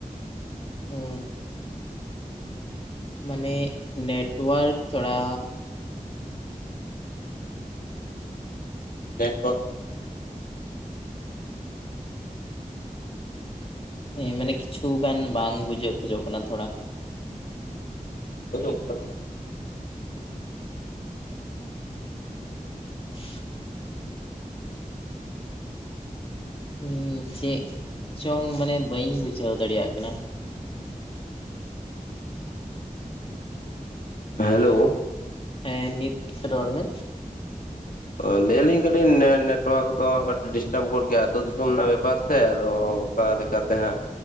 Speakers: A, on the left; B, on the left.
A: ᱦᱚ ᱢᱟᱱᱮ ᱱᱮᱴᱣᱟᱨᱠ ᱛᱷᱚᱲᱟ
B: ᱞᱮᱰᱣᱟᱨᱠ
A: ᱦᱮᱸ ᱢᱟᱱᱮ ᱠᱤᱪᱷᱩ ᱜᱟᱱ ᱵᱟᱝ ᱵᱩᱡᱷᱟᱹᱜ ᱠᱷᱚᱡᱚᱜ ᱠᱟᱱᱟ ᱛᱷᱚᱲᱟ᱾
B: <inaudible>
A: <inaudible> ᱦᱩᱸ ᱪᱮᱫ ᱪᱚᱝ ᱢᱟᱱᱮ ᱵᱟᱹᱧ ᱵᱩᱡᱷᱟᱹᱣ ᱫᱟᱲᱮᱭᱟᱜ ᱠᱟᱱᱟ᱾
B: ᱦᱮᱞᱳ!
A: ᱦᱸᱮ ᱱᱤᱛ ᱨᱚᱲ ᱢᱮ᱾
B: ᱚᱻ ᱞᱟᱹᱭᱞᱤᱧ ᱠᱟᱹᱴᱤᱡ ᱱᱮ ᱱᱮᱴᱣᱟᱨᱠ ᱫᱚ ᱠᱟᱹᱴᱤᱡ ᱰᱤᱥᱴᱟᱵ ᱜᱚᱫ ᱜᱮᱭᱟ ᱟᱛᱳ ᱫᱤᱥᱚᱢ ᱨᱮᱱᱟᱜ ᱵᱮᱯᱟᱨ ᱥᱮ ᱟᱫᱚ ᱚᱠᱟ ᱠᱟᱛᱮ ᱦᱟᱸᱜ